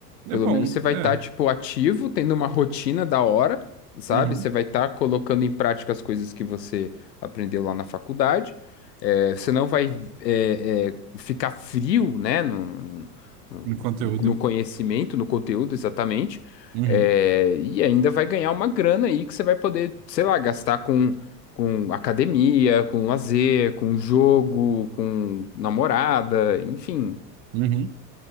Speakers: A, on the right (about 45°); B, on the left (about 80°).
A: É
B: Pelo
A: bom,
B: menos você vai
A: é.
B: estar, tipo, ativo, tendo uma rotina da hora, sabe?
A: Uhum.
B: Você vai estar colocando em prática as coisas que você aprendeu lá na faculdade. É, você não vai é, é, ficar frio, né? No, no,
A: No conteúdo.
B: no conhecimento, no conteúdo, exatamente.
A: Uhum.
B: É, e ainda vai ganhar uma grana aí que você vai poder, sei lá, gastar com, com academia, com lazer, com jogo, com namorada, enfim.
A: Uhum.